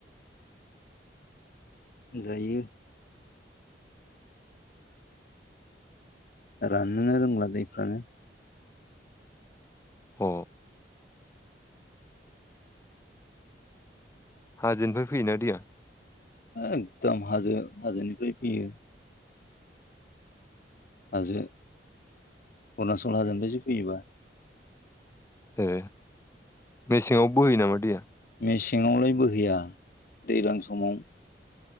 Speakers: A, on the left; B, on the left.
A: जायो। राननोनो रोंला दैफ्रानो।
B: अ' हाजोनिफ्राय फैयोना दैया?
A: एकदम हाजो हाजोनिफ्राय फैयो। हाजो अरुनाचल हाजोनिफायसो फैयोबा।
B: ए मेसेङाव बोहैयो नामा दैया?
A: मेसेङावलाय बोहैया। दैज्लां समाव